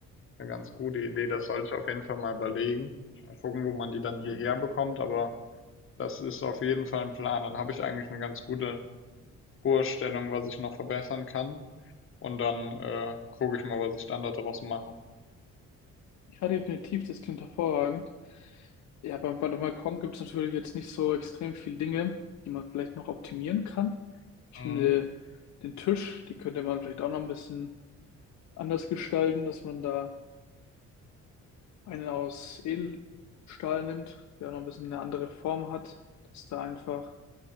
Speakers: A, on the left (about 45°); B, on the left (about 65°).
A: eine ganz gute Idee. Das sollte ich auf jeden Fall mal überlegen. Mal gucken, wo man die dann hierher bekommt, aber das ist auf jeden Fall ein Plan. Dann habe ich eigentlich eine ganz gute Vorstellung, was ich noch verbessern kann. Und dann äh, gucke ich mal, was ich dann daraus mache.
B: ja, definitiv, das klingt hervorragend. Ja, beim, beim Balkon gibt es natürlich jetzt nicht so extrem viel Dinge, die man vielleicht noch optimieren kann. Ich
A: Mhm.
B: finde, den Tisch, die könnte man vielleicht auch noch ein bisschen anders gestalten, dass man da einen aus Edelstahl nimmt, der auch noch ein bisschen eine andere Form hat, dass da einfach,